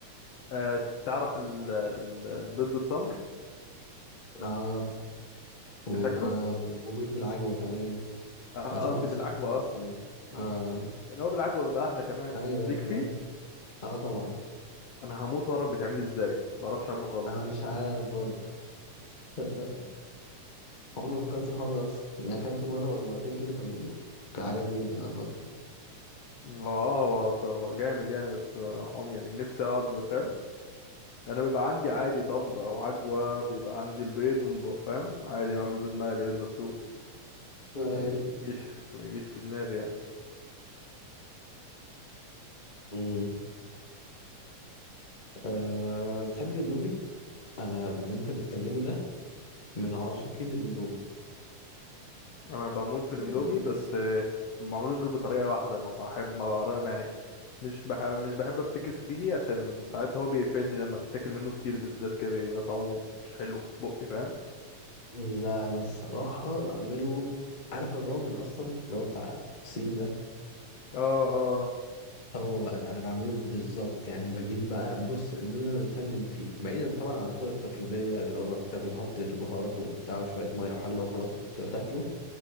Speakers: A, on the left; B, on the left.
A: أه تعرف ال ال البيض بالتمر
B: آه. وانا
A: بتاكله
B: وبيت بالعجوة كمان
A: آه،
B: يعتبر
A: قصدي
B: نفس
A: بالعجوه
B: الحاجة اصلا
A: اه
B: اه
A: يعني هو بالعجوه بيبقى احلى كمان
B: ايوه
A: ليك
B: ايوه
A: فيه
B: اه طبعا
A: انا هموت واعرف بيتعمل ازاي ما اعرفش اعمله خالص
B: انا مش عارف برضه تصدق عمري ما فكرت في الحوار ده اصلا يعني اكلته مرة ولا مرتين كده كان كان عجبني جدا عامة
A: هو اه هو ط- هو جامد يعني بس عم يعني نفسي اقعد فاهم انا بيبقى عندي عادي تمر او عجوه بيبقى عندي البيض وب- فاهم عادي بعمل بيض مقلي بيض مسلوق
B: ايوه
A: ما يجيش ما يجيش في دماغي يعني
B: امم آه بتحب الاندومي انا اللي انت بتكلمه ده من عاشقين الاندومي
A: انا بموت في الاندومي
B: الاندومي
A: بس آه، ما بعملوش غير بطريقه واحده ما بحب ما بعرف يعني مش بح... مش بحب افتكس فيه عشان ساعات هو بيقفلني لما بيتاكل منه كتير بالذات كده بيبقى طعمه مش حلو في بقي فاهم
B: لا انا الصراحة بعمله عارف الرامن اصلا اللي هو بتاع الصين ده
A: اه اه
B: هو بقى ده انا بعمله بالظبط يعني بجيب بقى بص الاندومي اللي انا بتفنن فيه بعيدا طبعا عن الطرق التقليديه اللي هو بتاكل حط البهارات وبتاع وشويه ميه وحله وخلاص وتاكله